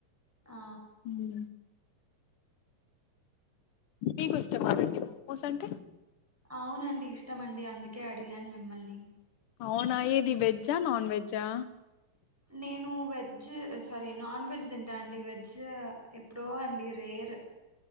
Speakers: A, in the centre; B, on the left (about 70°).
A: ఆ
B: హ్మ్. మీకు ఇష్టంమా నండి మోమోస్ అంటె
A: అవునండి ఇష్టమండి అందుకే అడిగాను మిమ్మల్ని
B: అవునా ఏది
A: మీకు
B: వెజ్జా
A: ఇష్టమా
B: నాన్ వెజ్జా
A: నేను వెజ్ సారీ నాన్ వెజ్ తింటా అండి వెజ్ ఎప్పుడో అండి రేరు